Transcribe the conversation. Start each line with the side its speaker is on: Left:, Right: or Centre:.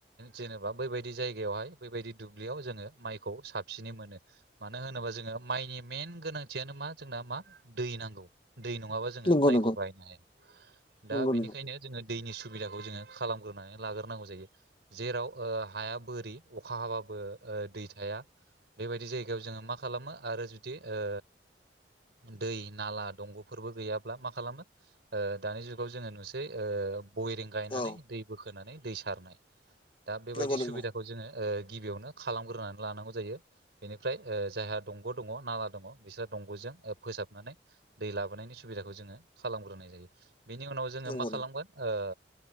Right: जेनेबा बैबायदि जायगायावहाय बैबायदि दुब्लियाव जोङो माइखौ साबसिनै मोनो मानो होनोबा जोङो माइनि मेन गोनांथियानो मा जोंना मा दै नांगौ दै नङाबा जों जोङो
Left: नंगौ
Right: माइखौ
Left: नंगौ
Right: बायनो हाया दा
Left: नंगौ
Right: बेनिखायनो
Left: नंगौ
Right: जोङो दैनि सुबिदाखौ जोङो खालामग्रोनानै लाग्रोनांगौ जायो जेराव हाया बोरि अखा हाबाबो दै थाया बेबायदि जायगायाव जोङो मा खालामो आरो जुदि ओ दै नाला दंग'फोरबो गैयाब्ला मा खालामो ओ दानि जुगाव जोङो नुसै ओ बयेरिं गायनानै
Left: औ
Right: दै बोखोनानै दै सारनाय दा बेबायदि
Left: नंगौ नंगौ
Right: सुबिदाखौ जोङो ओ गिबियावनो खालामग्रोनानै लानांगौ जायो बेनिफ्राय जायहा दंग' दङ नाला दङ बिस्रा दंग'जों फोसाबनानै दै लाबोनायनि सुबिदाखौ जोङो खालामग्रोनाय जायो बेनि उनाव जोङो
Left: नंगौ
Right: मा खालामगोन ओ